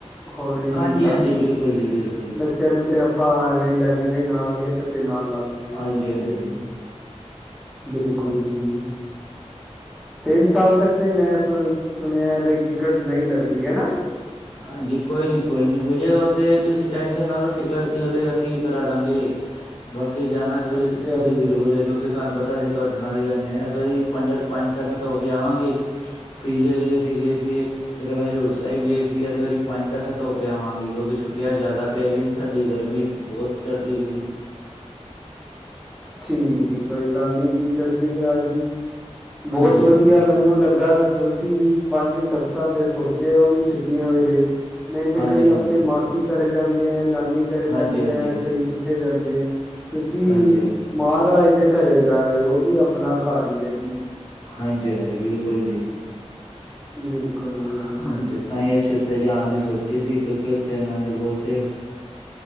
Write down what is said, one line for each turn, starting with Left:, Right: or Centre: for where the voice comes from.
Centre: ਹੁਣੇ ਨੀ
Left: ਹਾਂਜੀ
Centre: ਏਨਾ
Left: ਹਾਂਜੀ
Centre: ਬ
Left: ਬਿਲਕੁਲ ਜੀ ਬਿਲਕੁਲ
Centre: ਬੱਚਿਆਂ ਨੂੰ ਤੇ ਆਪਾਂ ਐਵੇਂ ਲੈ ਜਾਂਗੇ ਨਾਲ ਹਿਕ ਤੇ ਨਾਲ ਲਾ ਲਾਂਗੇ
Left: ਹਾਂਜੀ-ਹਾਂਜੀ
Centre: ਹੋਰ ਕੀ ਹੈ ਜੀ ਬਿਲਕੁਲ ਜੀ। ਤਿੰਨ ਸਾਲ ਤੱਕ ਤੇ ਮੈਂ ਸੁ ਸੁਣਿਆ ਬਈ ਟਿਕਟ ਨਈ ਲੱਗਦੀ ਹੈਨਾ।
Left: ਹਾਂਜੀ ਕੋਈ ਨੀ-ਕੋਈ ਨੀ ਹੋ ਜਾਏਗਾ ਓ ਤੇ ਤੁਸੀਂ ਟੈਨਸ਼ਨ ਲਾ ਲਓ ਟਿਕਟ ਦੀ ਓ ਤੇ ਅਸੀਂ ਕਰਾਦਾਂਗੇ। ਬਾਕੀ ਜਾਣਾ ਜੋ
Centre: ਅੱਛਾ
Left: ਤੁਸੀਂ
Centre: ਜੀ
Left: ਜ਼ਰੂਰ ਏ ਕਿਉਂਕਿ ਤੁਹਾਨੂੰ ਪਤਾ ਤਾਂ ਅਸੀਂ ਤੁਹਾਡੇ ਨਾਲ ਹੀ ਜਾਨੇ ਆਂ ਇਸ ਵਾਰੀ ਪੰਜਾਂ ਪੰਜ ਤਖਤ ਹੋ ਕੇ ਆਵਾਂਗੇ। ਪਿਛਲੀ ਵਾਰੀ ਅਸੀਂ ਗਏ ਸੀ ਇੱਕ ਸਿਰਫ਼ ਹਜ਼ੂਰ ਸਾਹਿਬ ਗਏ ਸੀ। ਅਸੀਂ ਇਸ ਵਾਰੀ ਪੰਜ ਤਖ਼ਤ ਹੋ ਕੇ ਆਵਾਂਗੇ ਕਿਉਂਕਿ ਛੁੱਟੀਆਂ ਜਾਦਾ ਪੈ ਗਈਆਂ ਸਾਡੀ ਗਰਮੀ ਬੋਤ ਚੜ੍ਹਦੀ ਪਈ ਸੀ।
Centre: <inaudible> ਠੀਕ ਜੀ ਕੋਈ ਗੱਲ ਨੀ ਜੀ। ਚੜ੍ਹਦੀ ਕਲਾ ਜੀ ਬੋਤ
Left: ਹਾਂਜੀ
Centre: ਵਧੀਆ
Left: ਹਾਂਜੀ
Centre: ਮੈਨੂੰ ਲੱਗਾ ਤੁਸੀਂ ਪੰਜ ਤਖ਼ਤਾਂ ਦੇ ਸੋਚਿਆ ਓ ਵੀ ਛੁੱਟੀਆਂ ਵੇਲੇ ਨਈ ਤੇ
Left: ਹਾਂਜੀ
Centre: ਕਈ
Left: ਹਾਂਜੀ
Centre: ਆਪਣੇ ਮਾਸੀ ਘਰੇ ਜਾਂਦੇ ਐ ਨਾਨੀ ਘਰੇ ਜਾਂਦੇ
Left: ਹਾਂਜੀ, ਹਾਂਜੀ,
Centre: ਐ ਕਈ ਕਿੱਥੇ ਜਾਂਦੇ ਐ ਤੁਸੀਂ
Left: ਹਾਂਜੀ,
Centre: ਮਹਾਰਾਜ ਦੇ ਘਰੇ ਜਾ ਰਏ ਓ-ਓ ਵੀ ਆਪਣਾ ਘਾਰ ਈ ਐ ਜੀ।
Left: ਹਾਂਜੀ-ਹਾਂਜੀ ਬਿਲਕੁਲ ਜੀ।
Centre: ਬਿਲਕੁਲ ਜੀ
Left: ਹਾਂਜੀ,
Centre: ਬਿਲਕੁਲ
Left: ਤਾਂ ਈ ਅਸੀ ਉਥੇ ਜਾਣ ਦੀ ਸੋਚੀ ਸੀ ਕਿਉਂਕਿ ਉਥੇ ਆਨੰਦ ਬੋਤ ਏ।